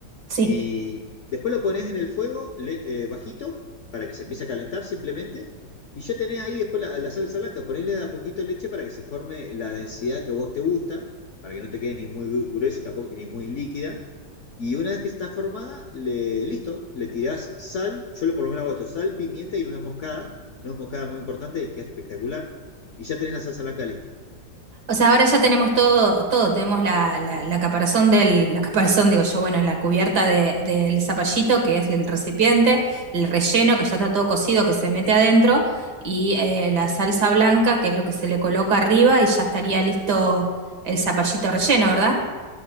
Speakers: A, on the right; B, on the left.
A: sí.
B: Y después lo pones en el fuego le- eh, bajito para que se empiece a calentar simplemente. Y ya tenés ahí después la, la salsa blanca. Ponele de a poquito leche para que se forme la densidad que vos te gusta, para que no te quede ni muy gru- gruesa tampoco, ni muy líquida. Y una vez que está formada, le, listo, le tirás sal. Yo lo por lo menos hago esto: sal, pimienta y nuez moscada. Nuez moscada muy importante, queda espectacular. Y ya tenés la salsa blanca lista.
A: O sea, ahora ya tenemos todo, todo, tenemos la, la, la caparazón del, la caparazón, digo yo, bueno, la cubierta de- del zapallito, que es el recipiente, el relleno, que ya está todo cocido, que se mete adentro, y eh, la salsa blanca, que es lo que se le coloca arriba, y ya estaría listo el zapallito relleno, ¿verdad?